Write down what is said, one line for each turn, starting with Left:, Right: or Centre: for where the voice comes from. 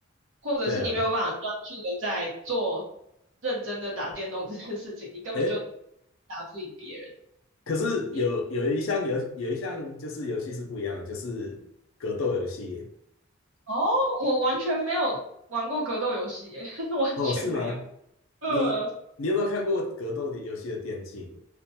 Right: 或者是你没有办法专注的在做
Left: <laughs> 对啊。
Right: 认真的打电动这件事情，你根本就打
Left: 诶，
Right: 不赢别人。
Left: 可是有有一项游有一项就是游戏是不一样的，
Right: 嗯，
Left: 就是格斗游戏。
Right: 哦，我完全没有玩过格斗游戏耶，<laughs> 完全没有。
Left: 哦，是吗？
Right: 呃，
Left: 你你有没有看过格斗的游戏的电竞？